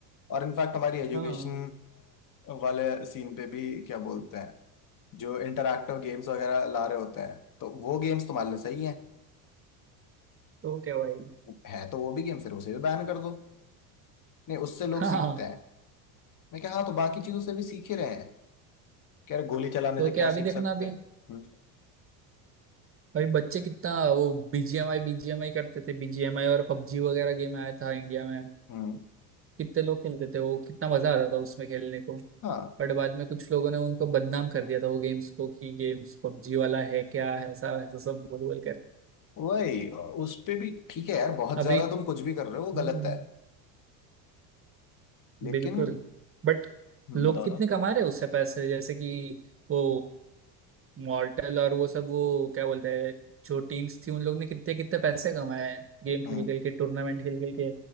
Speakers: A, on the left (about 40°); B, on the right (about 25°).
A: और इनफैक्ट हमारी एजुकेशन
B: हाँ
A: वाले सीन पे भी क्या बोलते हैं जो इंटरेक्टिव गेम्स वगैरह ला रहे होते हैं तो वो गेम्स तुम्हारे लिए सही हैं
B: तो क्या भाई
A: है तो वो भी गेम फिर उसे भी बैन कर दो नहीं उससे लोग
B: हाँ
A: सीखते हैं मैं क्या हाँ तो बाकी चीजों से भी सीखे रहे हैं क्या गोली चलाने
B: तो
A: से
B: क्या
A: क्या
B: अभी
A: सीख
B: देखना
A: सकते
B: अभी
A: हैं हम्म
B: अभी बच्चे कितना वो बीजीएमआई बीजीएमआई करते थे बीजीएमआई और पबजी वगैरह गेम आया था इंडिया में
A: हम्म,
B: कितने लोग खेलते थे वो कितना मजा आता था उसमें खेलने को
A: हाँ
B: बट बाद में कुछ लोगों ने उनको बदनाम कर दिया था वो गेम्स को कि गेम्स पबजी वाला है क्या है, ऐसा ऐसा सब बोल बोल कर
A: वही उस पे भी ठीक है यार बहुत
B: अभी
A: ज्यादा तुम कुछ भी कर रहे हो वो
B: हम्म
A: गलत है लेकिन
B: बिल्कुल बट
A: हम्म,
B: लोग
A: बताओ
B: कितने
A: बताओ
B: कमा रहे हैं उससे पैसे जैसे कि वो मॉर्टल और वो सब वो क्या बोलते हैं जो टीम्स थी उन लोग ने कितने कितने पैसे कमाए हैं गेम खेल
A: हम्म
B: खेल के टूर्नामेंट खेल खेल के